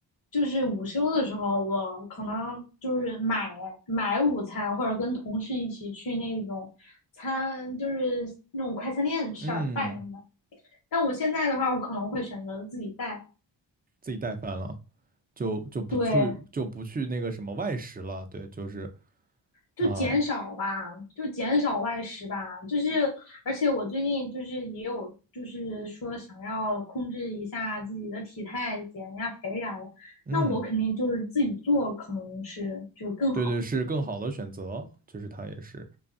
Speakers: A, on the left; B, on the right.
A: 就是午休的时候，我可能就是买买午餐，或者跟同事一起去那种餐，就是那种快餐店吃点儿饭什么的。
B: 嗯，
A: 但我现在的话，我可能会选择自己带。
B: 自己带饭了，就就不去就不去那个什么外食了，
A: 对，
B: 对，就是
A: 就减少吧，
B: 啊，
A: 就减少外食吧。就是，而且我最近就是也有，就是说想要控制一下自己的体态，减一下肥啥的。
B: 嗯，
A: 那我肯定就是自己做，可能是就更好。
B: 对对，是更好的选择，就是它也是